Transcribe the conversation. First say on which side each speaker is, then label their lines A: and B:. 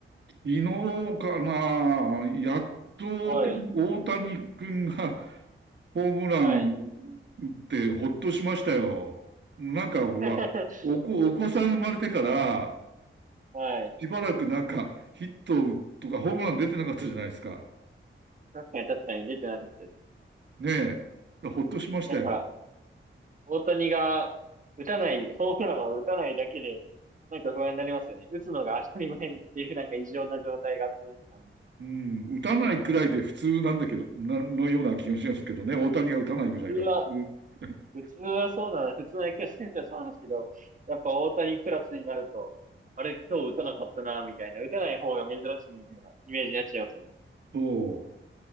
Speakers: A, on the right (about 55°); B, on the right (about 40°).
A: 昨日かな、やっと大谷君が
B: はい。
A: <laughs> ホームラン
B: はい。
A: 打ってほっとしましたよ。なんかほら、
B: <laughs>
A: お子、お子さん生まれてから、
B: はい。
A: しばらくなんかヒットとかホームラン出てなかったじゃないですか。
B: 確かに確かに出てなかったですね。
A: ねえ。ほっとしましたよ。
B: なんか、大谷が打たない、ホームランを打たないだけで、なんか不安になりますよね。打つのが当たり前っていうなんか異常な状態が続いてたんで。
A: うん。打たないくらいで普通なんだけど、な、のような気がしますけどね。大谷が打たないぐらいが普通。
B: 普通は、
A: <laughs>
B: 普通はそうなの、普通の野球選手はそうなんですけど、やっぱ大谷クラスになると、あれ今日打たなかったな、みたいな、打たない方が珍しいみたいなイメージになっちゃいますよね。
A: そう。